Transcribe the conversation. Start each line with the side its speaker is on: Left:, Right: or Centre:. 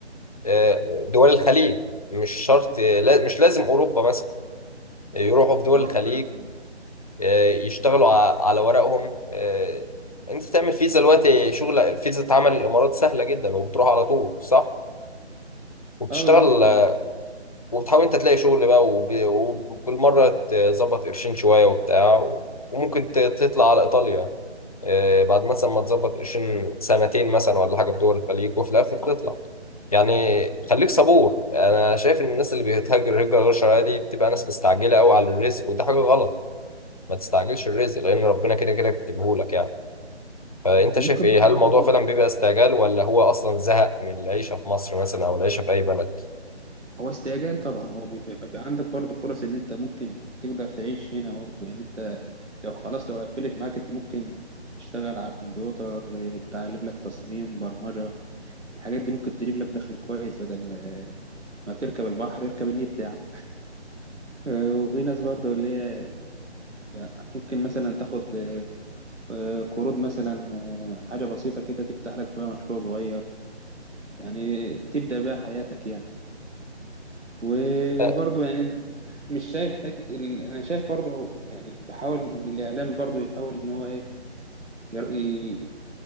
Left: آه، دول الخليج مش شرط لا- مش لازم اوروبا مثلا يروحوا في دول
Right: اه
Left: الخليج
Right: فهمت.
Left: آه، يشتغلوا ع- على ورقهم آه، انت تعمل فيزا دلوقتي شغل فيزا اتعمل الامارات سهله جدا وبتروح على طول صح وبتشتغل
Right: اه بالظبط
Left: آه، وبتحاول انت تلاقي شغل بقى وب- وبالمره تظبط قرشين شويه وبتاع و- وممكن ت- تطلع على ايطاليا آه، بعد مثلا ما تظبط قرشين سنتين مثلا ولا حاجه في دول الخليج وفي الاخر تطلع يعني خليك صبور انا شايف ان الناس اللي بتهاجر هجره غير شرعيه دي بتبقى ناس مستعجله قوي على الرزق وده حاجه غلط ما تستعجلش الرزق لان ربنا كده كده كاتبهولك يعني فانت
Right: وممكن
Left: شايف ايه
Right: برضه
Left: هل الموضوع فعلا بيبقى استعجال ولا هو اصلا زهق من العيشه في مصر مثلا او العيشه في اي بلد
Right: هو استعجال طبعا هو بيبقى بيبقى عندك برضه فرص ان انت ممكن تقدر تعيش هنا برضه يعني انت لو خلاص لو قفلت معاك انت ممكن تشتغل على الكمبيوتر إيه، تتعلم لك تصميم برمجة الحاجات دي ممكن تجيب لك دخل كويس بدل اه، ما بتركب البحر اركب النت يعني آه، وفي ناس برضه اللي هي يعني ممكن مثلا تاخد آه، اه، قروض مثلا آه، حاجة بسيطة كده تفتح لك بقى مشروع صغير يعني تبدأ بقى حياتك يعني وبرضه
Left: آه،
Right: يعني مش شايف حتة ال... أنا شايف برضه يعني بحاول إن الإعلام برضه يحاول إن هو إيه ير... ي-